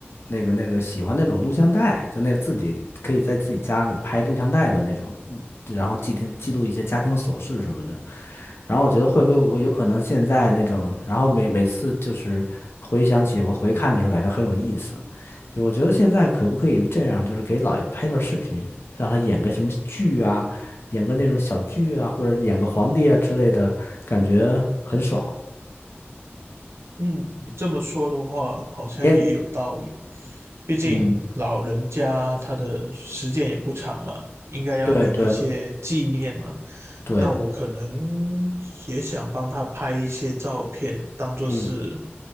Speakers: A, on the left; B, on the right.
A: 那个那个喜欢那种录像带，就那自己可以在自己家里拍录像带的那种，嗯然后记听记录一些家庭琐事什么的。然后我觉得会不会有可能现在那种，
B: 哦，
A: 然后每每次就是回想起我回看的时候，感觉很有意思。就我觉得现在可不可以这样，就是给姥爷拍段视频，让他演个什么剧啊，演个那种小剧啊，或者演个皇帝啊之类的，感觉很爽。
B: 嗯，你这么说的话，好像也有道理。
A: 也，
B: 毕竟老人家他的时间也不长嘛，
A: 嗯，
B: 应该要留一些纪念嘛。
A: 对对对，
B: 那我可能也想帮他拍一些照片，当做是
A: 嗯，